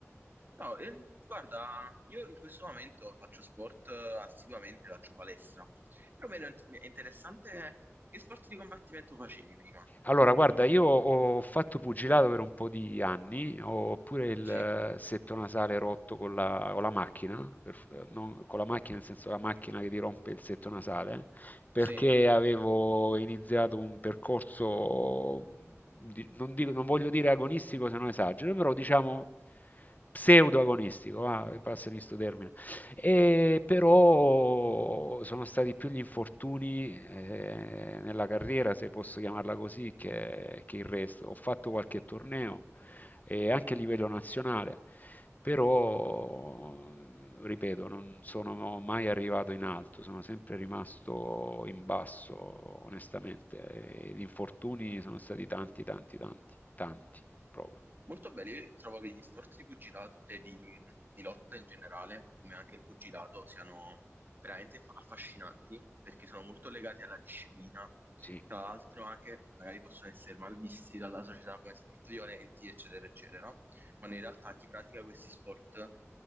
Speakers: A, on the right; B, on the left.
A: No, ehm, guarda, io in questo momento faccio sport eh, assiduamente, faccio palestra. Però mi era int- mi è interessante che sport di combattimento facevi prima.
B: Allora, guarda, io ho fatto pugilato per un po' di anni, ho pure il
A: Sì,
B: eh, setto nasale rotto con la, con la macchina, per- non- con la macchina nel senso la macchina che ti rompe il setto nasale, perché
A: sì,
B: avevo iniziato un percorso, di- non dico- non voglio dire agonistico se non esagero, però diciamo pseudo-agonistico, va, passami sto termine. E però sono stati più gli infortuni eh, nella carriera, se posso chiamarla così, che, che il resto. Ho fatto qualche torneo e anche a livello nazionale, però, ripeto, non sono mai arrivato in alto, sono sempre rimasto in basso, onestamente. E gli infortuni sono stati tanti, tanti, tanti, tanti, proprio.
A: molto belli. Io trovo che gli sport di pugilato e di, di lotta in generale, come anche il pugilato, siano veramente fa- affascinanti perché sono molto legati alla disciplina.
B: Sì.
A: Tra l'altro anche magari possono essere malvisti dalla società come sport violenti, eccetera, eccetera. no? Quando in realtà chi pratica questi sport